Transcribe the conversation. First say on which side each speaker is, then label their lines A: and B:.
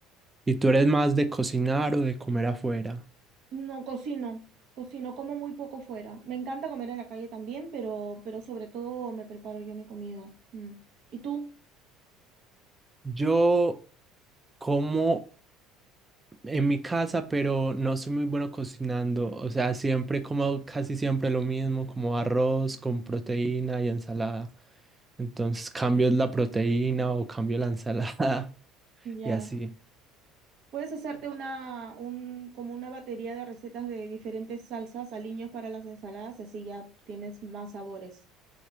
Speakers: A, on the right; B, on the right.
A: ¿Y tú eres más de cocinar o de comer afuera?
B: No cocino, cocino como muy poco fuera. Me encanta comer en la calle también, pero, pero sobre todo me preparo yo mi comida. Mm. ¿Y tú?
A: Yo como en mi casa, pero no soy muy bueno cocinando. O sea, siempre como casi siempre lo mismo, como arroz con proteína y ensalada. Entonces cambio la proteína o cambio la ensalada <laughs>
B: Ya.
A: y así.
B: Puedes hacerte una, un, como una batería de recetas de diferentes salsas, aliños para las ensaladas, y así ya tienes más sabores.